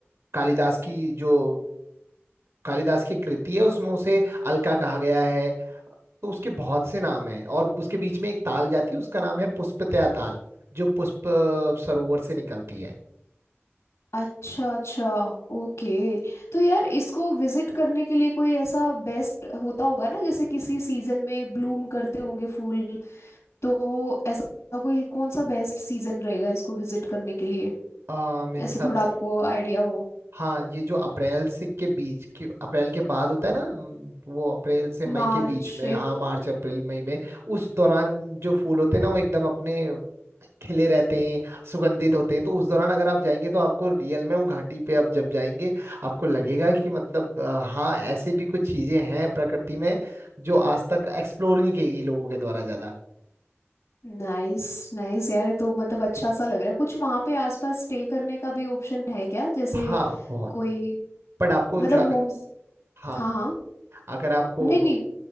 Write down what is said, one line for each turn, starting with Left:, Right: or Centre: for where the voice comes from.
Right: कालिदास की जो कालिदास की कृति है उसमें उसे अलका कहा गया है तो उसके बहुत से नाम हैं और उसके बीच में एक ताल जाती है उसका नाम है पुष्पतया ताल जो पुष्प सरोवर से निकलती है
Left: अच्छा अच्छा ओके तो यार इसको विजिट करने के लिए कोई ऐसा बेस्ट होता होगा ना जैसे किसी सीजन में ब्लूम करते होंगे फूल तो ऐसा कोई कौन सा बेस्ट सीजन रहेगा इसको विजिट करने के लिए
Right: आ, मेरे
Left: ऐसे
Right: हिसाब
Left: थोड़ा आपको आइडिया हो
Right: हाँ ये जो अप्रैल से के बीच के अप्रैल के बाद होता है ना हम्म, वो अप्रैल से मई
Left: मार्च
Right: के बीच में
Left: अप-
Right: हाँ मार्च अप्रैल मई में उस दौरान जो फूल होते हैं ना वो एकदम अपने खिले रहते हैं सुगंधित होते हैं तो उस दौरान अगर आप जाएंगे तो आपको रियल में वो घाटी पे आप जब जाएंगे आपको लगेगा कि मतलब अ, हाँ ऐसे भी कुछ चीजें हैं प्रकृति में जो आज तक एक्सप्लोर नहीं की गई लोगों के द्वारा ज्यादा
Left: नाइस नाइस यार ये तो मतलब अच्छा सा लग रहा है कुछ वहाँ पे आसपास स्टे करने का भी ऑप्शन है क्या जैसे
Right: हाँ बहुत
Left: कोई
Right: बट आपको
Left: मतलब
Right: जो अगर
Left: होम्स
Right: हाँ
Left: हाँ हाँ
Right: अगर आपको
Left: नहीं नहीं